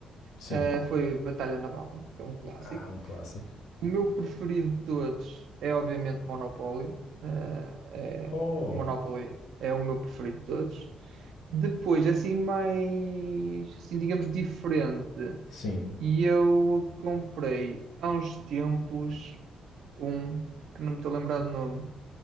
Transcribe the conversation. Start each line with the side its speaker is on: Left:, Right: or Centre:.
Left: sim.
Right: eh, foi Batalha Naval, que é um clássico.
Left: Ah, um clássico.
Right: O meu preferido de todos é, obviamente, Monopólio. Eh,
Left: Oh,
Right: é- Monopoly é o meu preferido de todos. Depois, assim, mais, assim, digamos, diferente.
Left: sim.
Right: E eu comprei há uns tempos um que não me estou a lembrar do nome.